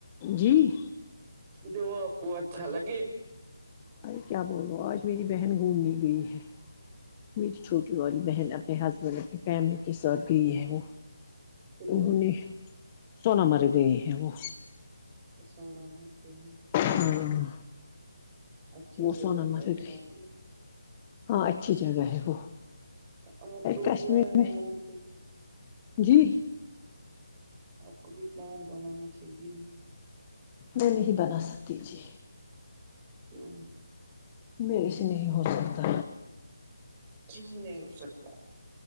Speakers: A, on the left; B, on the right.
A: جی نہیں
B: جو وہ آپ کو اچھا لگے
A: ارے کیا بول رہا ہ آج میری بہن گھومنے گئی ہے میری چھوٹی والی بہن اب اپنے ہسبینڈ اپنی فیملی کے ساتھ گئی ہے وہ
B: کدھر
A: انہوں نے ناامار گئی ہے ا وہو
B: سونا مرتے ہیں
A: ہاں
B: اچھی
A: وہ
B: جگہ
A: سونا
B: ہے بہت
A: مرد
B: سونا
A: ہی
B: مت
A: ہاں اچھی جگہ ہے وہ
B: آپ کو بھی
A: کشمیر
B: پلان بنانا
A: میں
B: چاہیے
A: جی
B: آپ کو بھی پلان بنانا چاہیے
A: میں نہیں بنا سکتی جی
B: کیوں
A: میرے سے نہیں ہو سکتا
B: کیوں نہیں ہو سکتا